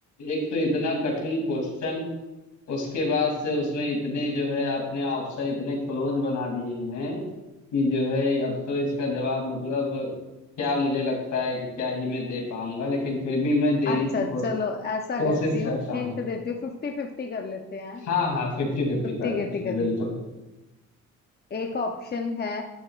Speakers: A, on the left; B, on the left.
A: एक तो इतना कठिन क्वेश्चन उसके बाद से उसमें इतने जो है आपने ऑप्शन इतने क्लोज बना दिए हैं कि जो है अब तो इसका जवाब मतलब क्या मुझे लगता है कि क्या ही मैं दे पाऊंगा लेकिन फिर भी मैं देने
B: अच्छा
A: की कोश,
B: चलो ऐसा
A: कोशिश
B: करती
A: करता
B: हूँ हिंट
A: हूँ
B: देती हूँ फिफ्टी फिफ्टी कर लेते हैं
A: हाँ हाँ फिफ्टी फिफ्टी
B: फिफ्टी
A: कर लेते
B: के टिकट
A: हैं बिल्कुल
B: है एक ऑप्शन है